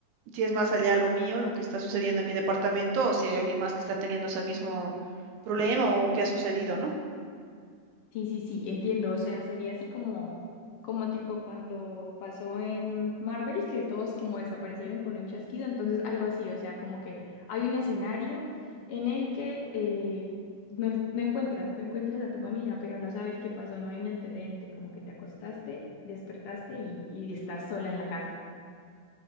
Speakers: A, on the right; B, on the left.
A: Si es más allá lo mío, lo que está sucediendo en mi departamento, o si hay alguien más que está teniendo ese mismo problema o qué ha sucedido, ¿no?
B: Sí, sí, sí, entiendo. O sea, sería así como, como tipo cuando pasó en Marvel, que todos como desaparecieron con un chasquido. Entonces, algo así, o sea, como que hay un escenario en el que eh, no, es- no encuentras, no encuentras a tu familia, pero no sabes qué pasó, no hay un antecedente, como que te acostaste, despertaste y, y estás sola en la casa.